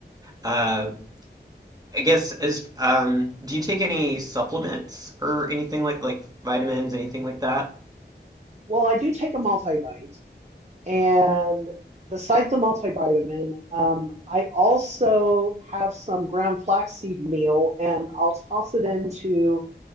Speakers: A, on the right; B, on the right.
A: Uh, I guess as um, do you take any supplements or anything like like vitamins, anything like that?
B: Well, I do take a multivite, and besides the multivitamin, um, I also have some ground flaxseed meal, and I'll toss it into.